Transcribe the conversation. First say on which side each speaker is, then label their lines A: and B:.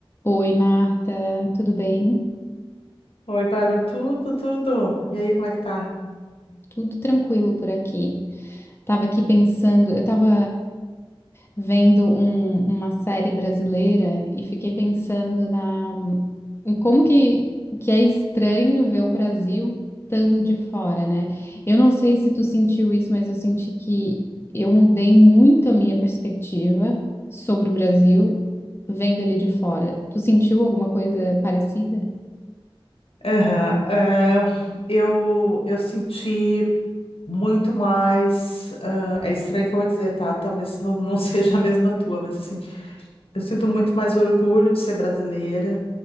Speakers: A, on the left; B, on the left.
A: Oi, Marta, tudo bem?
B: Oi, Bárbara, tudo, tudo. E aí, como é que tá?
A: Tudo tranquilo por aqui. Tava aqui pensando, eu tava vendo um- uma série brasileira e fiquei pensando na, em como que, que é estranho ver o Brasil estando de fora, né? Eu não sei se tu sentiu isso, mas eu senti que eu mudei muito a minha perspectiva sobre o Brasil vendo ele de fora. Tu sentiu alguma coisa parecida?
B: Aham, ah, eu, eu senti muito mais. ah, é estranho que eu vou dizer, tá? Talvez não, não <laughs> seja a mesma tua, mas assim, eu sinto muito mais orgulho de ser brasileira.